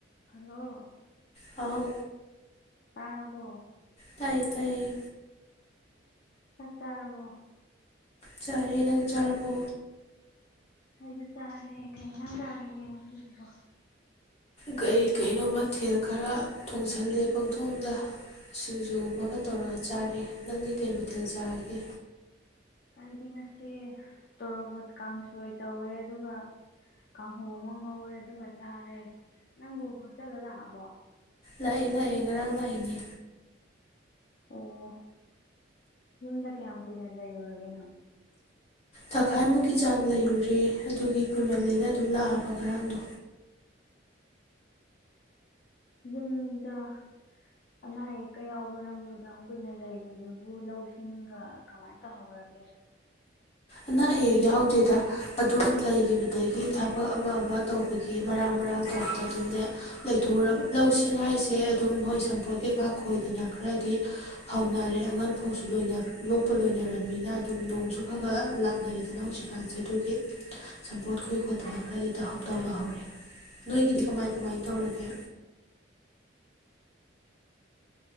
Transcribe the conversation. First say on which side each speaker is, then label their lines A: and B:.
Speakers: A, on the left (about 50°); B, on the left (about 35°).
A: Hello
B: ꯍꯥꯎ
A: ꯇꯥꯔꯕꯣ
B: ꯇꯥꯏꯌꯦ ꯇꯥꯏꯌꯦ
A: ꯆꯥꯛ ꯆꯥꯔꯕꯣ
B: ꯆꯥꯔꯦ ꯅꯪꯗꯤ ꯆꯥꯔꯕꯣ
A: ꯑꯩꯁꯨ ꯆꯥꯔꯦ ꯀꯩ ꯏꯟꯖꯥꯡ ꯆꯥꯔꯒꯦ ꯉꯁꯤꯁꯤꯕꯣ
B: ꯀꯔꯤ ꯀꯩꯅꯣ ꯃꯊꯦꯜ ꯈꯔ ꯊꯣꯡꯖꯜꯂꯦ ꯄꯪꯊꯣꯡꯗ ꯁꯤꯡꯖꯨ ꯑꯃꯒ ꯇꯧꯔꯒ ꯆꯥꯔꯤ ꯅꯪꯗꯤ ꯀꯩ ꯃꯊꯦꯜ ꯆꯥꯔꯒꯦ
A: ꯑꯩꯗꯤ ꯉꯁꯤ ꯇꯣꯔꯣꯕꯣꯠ ꯀꯥꯡꯁꯣꯏ ꯇꯧꯋꯦ ꯑꯗꯨꯒ ꯀꯥꯡꯍꯧ ꯑꯃ ꯉꯧꯔꯦ ꯑꯗꯨꯒ ꯆꯥꯔꯦ ꯅꯪꯕꯨ ꯍꯣꯁꯇꯦꯜꯗ ꯂꯥꯛꯑꯕꯣ
B: ꯂꯥꯛꯑ‌ꯦ ꯂꯥꯛꯑꯦ ꯉꯔꯥꯡ ꯂꯥꯛꯑ‌ꯦ
A: ꯑꯣ ꯌꯨꯝꯗ ꯀꯌꯥꯝ ꯀꯨꯏꯅ ꯂꯩꯔꯨꯔꯒꯦ ꯅꯪ
B: ꯊꯈꯥꯏꯃꯨꯛꯀꯤ ꯆꯥꯡ ꯂꯩꯔꯨꯔꯦ ꯑꯗꯨꯒꯤ ꯀꯨꯏꯃꯜꯂꯦꯅ ꯑꯗꯨꯝ ꯂꯥꯛꯑꯕ ꯉꯔꯥꯡꯗꯣ
A: ꯌꯨꯝꯗ ꯑꯅꯥ ꯑꯌꯦꯛꯀ ꯌꯥꯎꯕ ꯅꯪꯕꯨ ꯑꯗꯥꯝ ꯀꯨꯏꯅ ꯂꯩꯔꯨꯏꯗꯨꯕꯨ ꯂꯧꯁꯤꯡꯒ ꯀꯃꯥꯏꯅ ꯇꯧꯍꯧꯔꯒꯦ
B: ꯑꯅ ꯑꯩꯌꯦꯛ ꯌꯥꯎꯗꯦꯗ ꯑꯗꯨꯝ ꯂꯩꯈꯤꯕ ꯑꯗꯒꯤ ꯊꯕꯛ ꯑꯃ ꯑꯃ ꯇꯧꯕꯒꯤ ꯃꯔꯥꯡ ꯃꯔꯥꯡ ꯇꯧꯕꯗꯣ ꯑꯗꯨꯝꯅꯦ ꯂꯩꯊꯔꯕ ꯂꯧꯁꯤꯡ ꯍꯥꯏꯁꯦ ꯑꯗꯨꯝ ꯍꯣꯏ ꯁꯝꯄꯣꯠ ꯀꯩꯀꯥ ꯈꯣꯏꯗꯅ ꯈꯔꯗꯤ ꯍꯧꯅꯔꯦ ꯑꯉꯟ ꯐꯧꯁꯨ ꯂꯣꯏꯅ ꯂꫭꯛꯄ ꯂꯣꯏꯅꯔꯕꯝꯃꯤꯅ ꯑꯗꯨꯝ ꯅꯣꯡꯁꯨ ꯈ <unintelligible> ꯂꯥꯛꯅꯔꯦꯗꯅ ꯍꯧꯖꯤꯛꯀꯥꯟꯁꯦ ꯑꯗꯨꯒꯤ ꯁꯝꯄꯣꯠ ꯈꯣꯏꯏ ꯈꯣꯠꯇꯅ ꯈꯔꯗꯤ ꯇꯧꯍꯧ ꯇꯧꯍꯧꯔꯦ ꯅꯣꯏꯒꯤꯗꯤ ꯀꯃꯥꯏ ꯀꯃꯥꯏꯅ ꯇꯧꯔꯒꯦ꯫